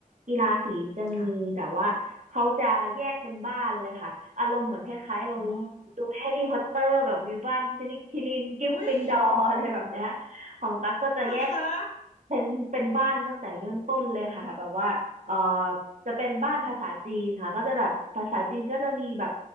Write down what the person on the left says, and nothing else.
ค่ะ
อ๋อ
อุ้ย
นะคะ
อืม